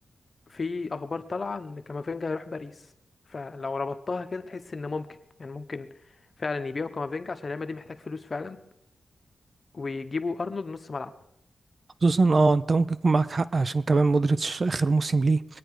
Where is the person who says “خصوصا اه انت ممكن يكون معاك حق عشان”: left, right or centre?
Right